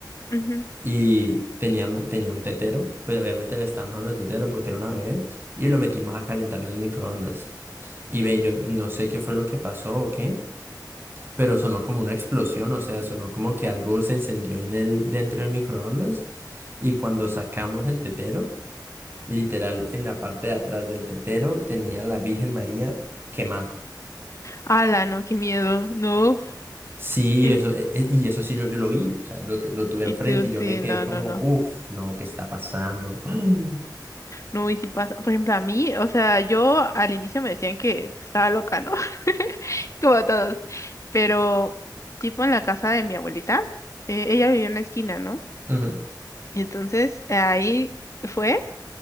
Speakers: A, on the left; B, on the right.
A: Ujú.
B: Y teníamos, tenía un tetero, pues obviamente le estábamos dando el tetero porque era una bebé, y lo metimos a calentar en el microondas. Y ve, yo no sé qué fue lo que pasó o qué, pero sonó como una explosión, o sea, sonó como que algo se encendió en el, dentro del microondas. Y cuando sacamos el tetero, literal, en la parte de atrás del tetero tenía la Virgen María quemada.
A: Ala, no, qué miedo, no.
B: Sí,
A: Sí.
B: eso, e- e- y eso sí yo, yo lo vi, o sea, lo, te- lo tuve enfrente
A: Y tú,
B: y
A: sí,
B: yo me quedé
A: no,
B: como,
A: no, no.
B: uff, no, ¿qué está pasando? <gasps>
A: No, y si pasa, por ejemplo, a mí, o sea, yo al inicio me decían que pues, estaba loca, ¿no? <laughs> Como a todos. Pero, tipo en la casa de mi abuelita, eh, ella vivía en la esquina, ¿no?
B: Ujú,
A: Y entonces ahí fue